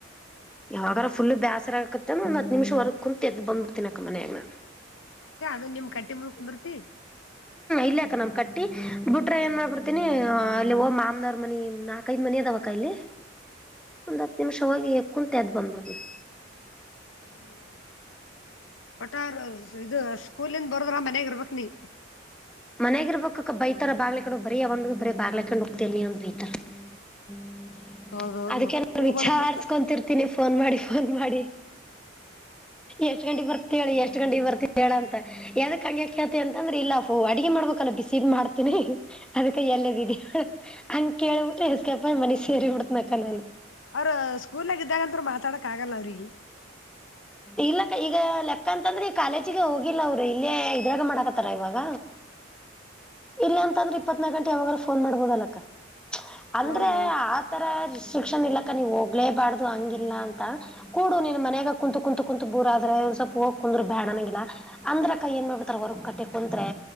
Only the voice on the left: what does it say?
ಹ್ಮ್
ಅಷ್ಟೇ ಅದ ನಿಮ್ ಕಟ್ಟಿ ಮುಂದ ಕುುದರ್ತಿ.
ಹ
ಹ್ಮ್ ಹ್ಮ್ ಒಟ್ಟು ಅವರು ಸ್ಕೂಲಿಂದ ಬರದ್ರ ಮನ್ಯಾಗ ಇರ್ಬಕ್ ನೀ.
ಹೌದೌದು
ಮತ್ತ
ಹೋಗ್ಬಾರ್ದ
ಮತ್ತ
ಅವ್ರ ಸ್ಕೂಲ್ನಾಗ ಇದ್ದಾಗಂತರು ಮಾತಾಡಕ್ ಆಗಲ್ಲ ಅವ್ರಿಗೆ.
ಹೌದೌದು